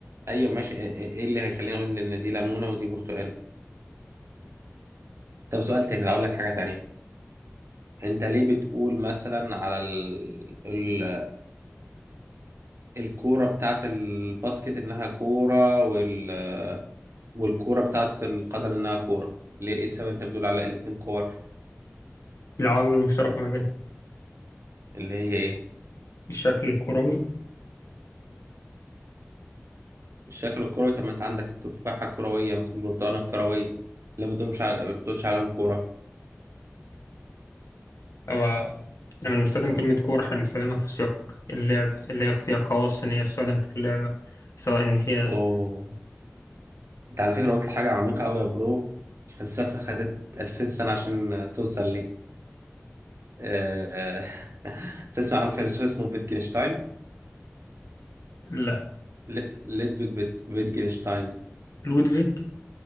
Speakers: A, on the right; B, on the left.
A: ايوه ماشي ايه إيه- إيه اللي هيخليني اقول ان دي ليمونه ودي برتقانه طب سؤال تاني لو اقول لك حاجه تانيه انت ليه بتقول مثلا على ال... ال... الكوره بتاعت الباسكت انها كوره وال والكورة بتاعت القدم إنها كورة ليه إيه السبب أنت بتقول على الاتنين كور
B: العوامل المشتركة ما بينهم
A: اللي هي إيه
B: الشكل الكروي
A: الشكل الكروي طب ما أنت عندك التفاحة كروية مثلا البرتقانة الكروية اللي ما بتقولش على... ما بتقولش عليهم كورة
B: أو لما بنستخدم كلمة كورة إحنا بنستخدمها في سياق اللعب اللي هي فيها خواص إن هي تستخدم في اللعبة سواء إن هي
A: أوه أنت على فكرة قلت حاجة عميقة أوي يا برو الفلسفة خدت ألفين سنة عشان توصل لي آه، <laughs> تسمع عن فيلسوف اسمه فيتجنشتاين
B: لا
A: ل- ليدفيج فيت- فيتجنشتاين
B: لودفيج